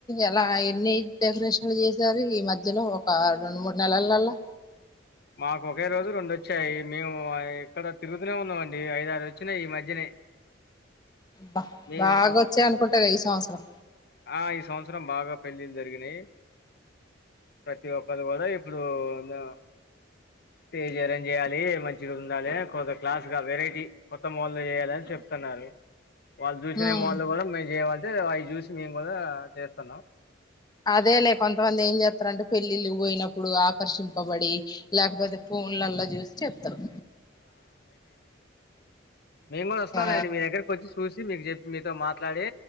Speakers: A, on the left; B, on the left.
A: ఎలా, ఎన్ని డెకరేషన్లు చేసారు ఈ మధ్. ధ్యలో ఒక రెండు, మూడు నెలలల్లా.
B: అ మాకు ఒకే రోజు రెండు వచ్చాయి. మేము ఇక్కడ తిరుగుతూనే ఉన్నామండి ఐద, ఆరు వచ్చినాయి ఈ మధ్యనే.
A: బా
B: మేం
A: బాగా
B: వస్
A: వచ్చాయి అనుకుంటా ఈ సంవత్సరం
B: ఆ ఈ సంవత్సరం బాగా. పెళ్లిళ్లు జరిగినాయి, ప్రతి ఒక్కరు కూడా ఇప్పుడు. <unintelligible> స్టేజి అరేంజ్ చేయాలి, మంచిగా ఉండాలే కొందరు క్లాస్ గా వెరైటీ కొత్త మాలు చేయాలని చెప్తున్నారు. వాళ్ళు చూసిన
A: ఉమ్
B: మాళ్ళు కూడా మేం చేయమంటే, అవి చూసి మేము కూడా చేస్తన్నాం.
A: అదేలే కొంతమంది ఏం చేస్తారంటే పెళ్ళిళ్ళకి, పోయినప్పుడు ఆకర్షింపబడి లేకపోతే, పో ఫోన్లల్లా జూసి చెప్తారు.
B: మేం కూడా వస్తాంలేండి,
A: ఆ
B: మీ దగ్గరకోచ్చి చూసి మీకు చెప్పి మీతో మాట్లాడి.